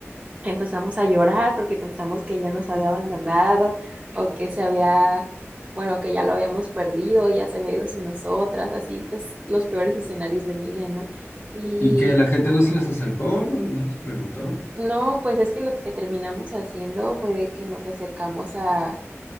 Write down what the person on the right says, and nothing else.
Empezamos a llorar porque pensamos que ya nos había abandonado o que se había, bueno, que ya lo habíamos perdido, ya se había ido sin nosotras, así pues los peores escenarios de niña, ¿no? Y
no, pues es que lo que terminamos haciendo fue de que nos acercamos a